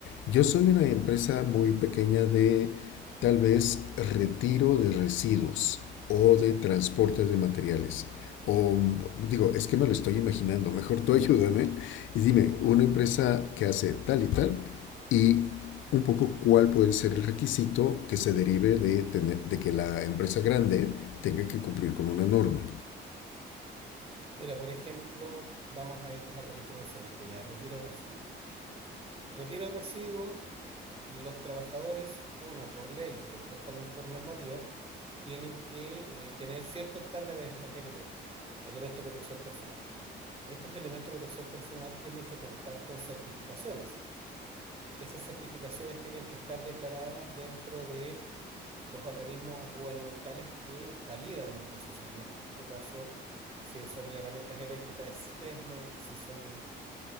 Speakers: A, on the left; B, on the right.
A: yo soy una empresa muy pequeña de tal vez retiro de residuos o de transporte de materiales. O digo, es que me lo estoy imaginando, mejor tú <laughs> ayúdame y dime, una empresa que hace tal y tal y un poco cuál puede ser el requisito que se derive de, tener, de que la empresa grande tenga que cumplir con una norma.
B: Mira, por ejemplo, vamos a irnos a lo que tú mencionaste ya, retiro de residuos. Retiro de residuos, los trabajadores, una por ley, pero dos también por normativa, tienen que eh, tener ciertos estándares, en los EPP, elementos de protección personal. Estos elementos de protección personal tienen que contar con certificaciones. Esas certificaciones tienen que estar declaradas dentro de los organismos gubernamentales que validan los procesos. En este caso, si son herramientas eléctricas, es SESMEC, si son